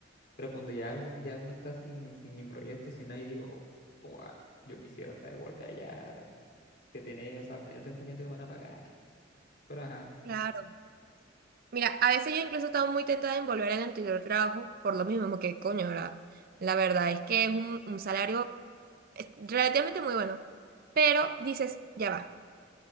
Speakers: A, on the left; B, on the right.
A: Pero cuando ya uno, ya uno está sin, sin ni proyecto, sin nadie, digo, "Oh, oh, ah, yo quisiera otra vez volver allá, que tener, o sea, tener el pensamiento que me van a pagar. Pero ajá,
B: Claro. Mira, a veces yo incluso estaba muy tentada en volver al anterior trabajo, por lo mismo que, coño, ahora, la verdad es que es un, un salario eh, relativamente muy bueno, pero dices, ya va,